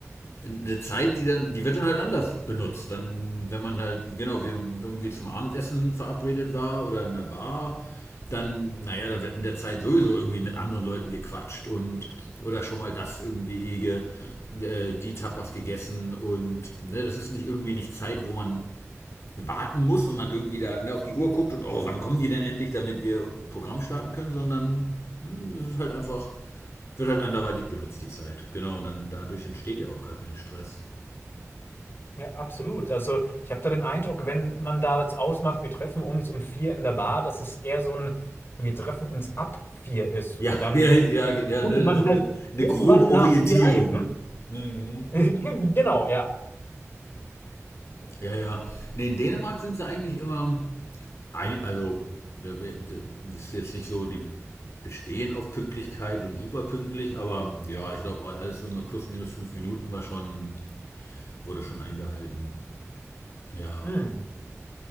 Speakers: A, on the left; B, on the left.
A: eine Zeit, die dann, die wird dann halt anders benutzt. Dann, wenn man halt, genau, wir irgendwie zum Abendessen verabredet war oder in einer Bar, dann, naja, dann wird in der Zeit sowieso irgendwie mit anderen Leuten gequatscht und oder schon mal das irgendwie ge, äh, die Tapas gegessen und ne, das ist nicht irgendwie nicht Zeit, wo man warten muss und man irgendwie da ne, auf die Uhr guckt und oh, wann kommen die denn endlich, damit wir Programm starten können, sondern hm, das ist halt einfach, wird halt anderweitig benutzt, die Zeit. Genau, und dann dadurch entsteht ja auch gar kein Stress.
B: Ja, absolut. Also ich habe da den Eindruck, wenn man da jetzt ausmacht, wir treffen uns um vier in der Bar, dass es eher so ein, wir treffen uns ab vier ist
A: Ja,
B: und dann
A: <laughs> ja, ja, ja,
B: rudelt
A: ne, das
B: man
A: ist
B: halt
A: eine, eine
B: irgendwann
A: grobe Orientierung.
B: nach vier ein, ne?
A: Mhm.
B: <laughs> Ge- Genau, ja.
A: Ja, ja. Nee, in Dänemark sind sie eigentlich immer, ein, also, äh, äh, das ist jetzt nicht so, die bestehen auf Pünktlichkeit und super pünktlich, aber ja, ich glaube, alles so immer plus minus fünf Minuten war schon, wurde schon eingehalten. Ja.
B: Hm.